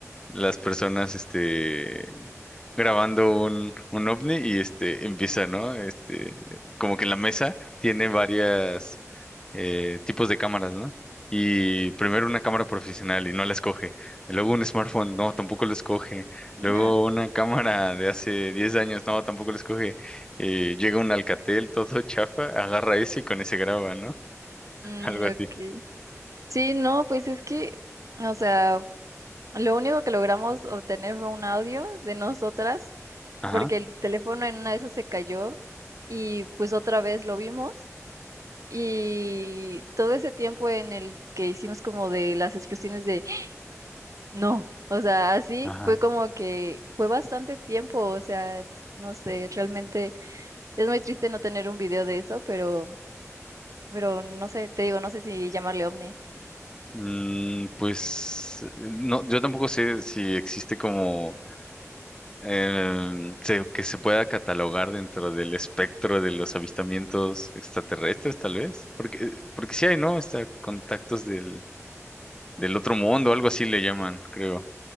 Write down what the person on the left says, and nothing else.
las personas este grabando un, un ovni y este empieza, ¿no? Este, como que en la mesa tiene varias eh, tipos de cámaras, ¿no? Y primero una cámara profesional y no la escoge. Luego un smartphone, no, tampoco lo escoge.
Luego una cámara de hace 10 años, no, tampoco lo escoge. Eh, llega un Alcatel todo <laughs> chafa, agarra ese y con ese graba, ¿no? <laughs>
Algo así.
Ajá,
ajá.
Mm, pues eh, no, yo tampoco sé si existe como em, se- que se pueda catalogar dentro del espectro de los avistamientos extraterrestres, tal vez, porque eh, porque sí hay, ¿no? Está contactos del del otro mundo, algo así le llaman, creo.